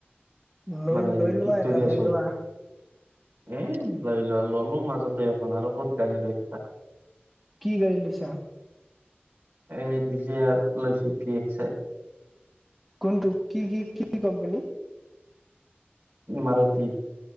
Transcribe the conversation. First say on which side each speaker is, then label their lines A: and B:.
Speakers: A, in the centre; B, on the right.
A: লৈ
B: মানে
A: লৈ
B: ভিক্টৰিয়া
A: লোৱা এটা লৈ
B: চৰ।
A: লোৱা
B: এ লৈ লোৱা ললো মাজতে এখন আৰু ক'ত গাড়ী লৈ থাকা।
A: কি গাড়ি লৈছা?
B: এই ডিজে লৈছো ফিকছে।
A: কোনটো কি কি কি কোম্পানী?
B: মাৰুতি।